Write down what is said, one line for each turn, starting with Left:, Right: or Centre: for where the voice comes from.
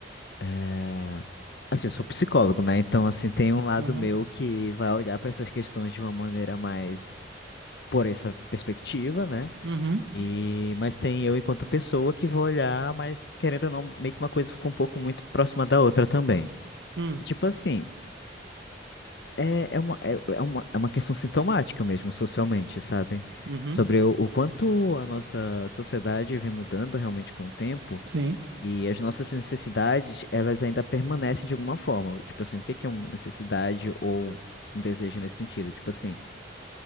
Left: é... assim, eu sou psicólogo, né? Então, assim, tem um lado
Right: Uhum,
Left: meu que vai olhar para essas questões de uma maneira mais por essa perspectiva, né?
Right: uhum,
Left: E mas tem eu enquanto pessoa que vou olhar, mas querendo ou não, meio que uma coisa fica um pouco muito próxima da outra também.
Right: hum,
Left: E, Tipo assim, É, é uma, é, é uma, é uma questão sintomática mesmo, socialmente, sabe?
Right: uhum,
Left: Sobre o, o quanto a nossa sociedade vem mudando realmente com o tempo
Right: sim,
Left: e as nossas necessidades, elas ainda permanecem de alguma forma. Tipo assim, o que que é uma necessidade ou um desejo nesse sentido? Tipo assim,